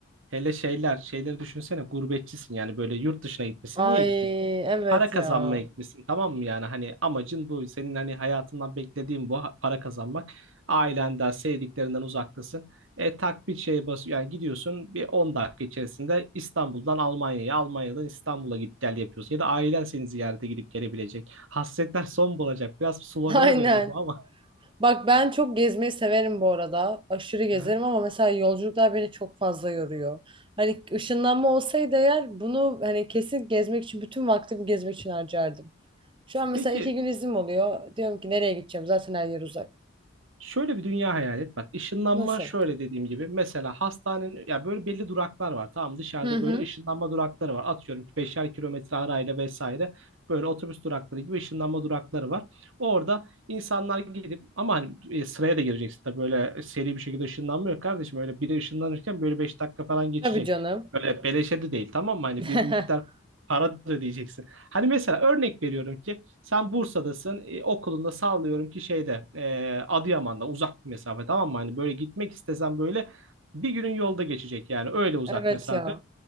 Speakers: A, on the right (about 75°); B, on the right (about 25°).
A: Hele şeyler, şeyleri düşünsene gurbetçisin yani böyle yurt dışına gitmişsin.
B: Ay
A: Niye gitmişsin?
B: evet
A: Para kazanmaya
B: ya.
A: gitmişsin tamam mı yani hani amacın bu. Senin hani hayatından beklediğin bu ha- para kazanmak. Ailenden, sevdiklerinden uzaktasın. E tak bir şeye bas yani gidiyorsun bir 10 dakika içerisinde İstanbul'dan Almanya'ya, Almanya'dan İstanbul'a git gel yapıyorsun. Ya da ailen seni ziyarete gidip gelebilecek. Hasretler son bulacak. Biraz slogana
B: <laughs> Aynen.
A: döndü bu ama.
B: Bak ben çok gezmeyi severim bu arada. Aşırı gezerim
A: Aha.
B: ama mesela yolculuklar beni çok fazla yoruyor. Hani ışınlanma olsaydı eğer bunu hani kesin gezmek için bütün vaktimi gezmek için harcardım. Şu an mesela
A: Peki
B: iki gün iznim oluyor. Diyorum ki nereye gideceğim? Zaten her yer uzak.
A: Şöyle bir dünya hayal et. Bak ışınlanma
B: Nasıl?
A: şöyle dediğim gibi. Mesela hastanenin ya böyle belli duraklar var. Tamam dışarıda
B: Hı hı.
A: böyle ışınlanma durakları var. Atıyorum 5'er kilometre arayla vesaire. Böyle otobüs durakları gibi ışınlanma durakları var. Orada insanlar gidip ama hani e, sıraya da gireceksin tabii böyle seri bir şekilde ışınlanmıyor kardeşim. Öyle biri ışınlanırken böyle 5 dakika falan geçecek.
B: Tabii canım.
A: Böyle beleşe de değil tamam mı? Hani
B: <laughs>
A: bir miktar para da ödeyeceksin. Hani mesela örnek veriyorum ki sen Bursa'dasın. E, okulunda sallıyorum ki şeyde e, Adıyaman'da uzak bir mesafe tamam mı? Hani böyle gitmek istesen böyle bir günün yolda geçecek yani öyle uzak
B: Evet
A: mesafe.
B: ya.